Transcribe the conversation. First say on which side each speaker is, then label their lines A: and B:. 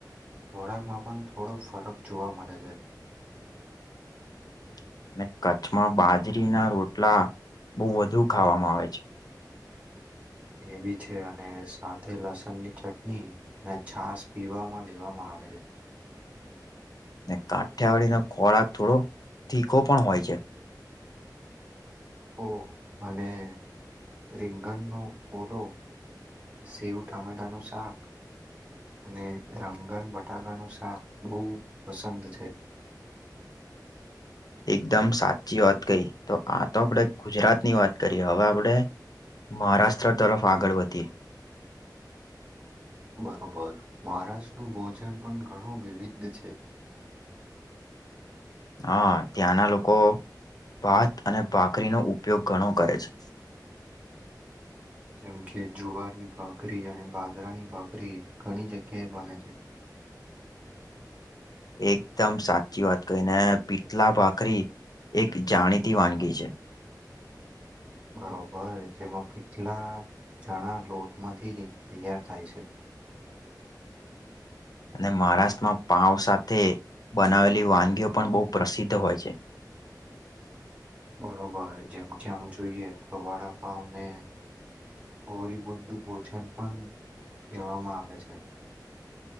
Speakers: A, on the right; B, on the left.
A: ખોરાકમાં પણ થોડો ફરક જોવા મલે છે.
B: <inaudible> અને કચ્છમાં બાજરીના રોટલા બહુ વધુ ખાવામાં આવે છે.
A: એ બી છે અને સાથે લસણની ચટણી ને છાસ પીવામાં લેવામાં આ આવે છે.
B: ને કાઠિયાવાડીનો ખોરાક થોડો તીખો પણ હોય છે.
A: ઓહ અને રીંગણનો ઓલો. સેવ ટામેટાનું શાક અને રંગન બટાકાનું શાક બહુ પસંદ છે.
B: <inaudible> એકદમ સાચી વાત કહી તો આ તો આપણે ગુજરાતની વાત કરી હવે આપણે મહારાષ્ટ્ર તરફ આગળ વધીએ.
A: બરોબર મહારાષ્ટ્રનું ભોજન પણ ઘણું વિવિધ છે.
B: હા, ત્યાંના લોકો ભાત અને ભાખરીનો ઉપયોગ ઘણો કરે છે.
A: જેમ કે જુવારની ભાખરી અને બાદરાની ભાખરી ઘણી જગ્યાએ બને છે.
B: <inaudible> એકદમ સાચી વાત કહી ને પીતલા ભાખરી એક જાણીતી વાનગી છે.
A: બરોબર જેમાં પીતલા ચણા લોટમાંથી જ તૈયાર થાય છે.
B: અને મહારાષ્ટ્રમાં પાઉ સાથે બનાવેલી વાનગીઓ પણ બહુ પ્રસિદ્ધ હોય છે.
A: બરોબર જેમ જેમ જોઈએ ગવાડા પાવને ઓરીબુંદુ ભોજન પણ કહેવામાં આવે છે.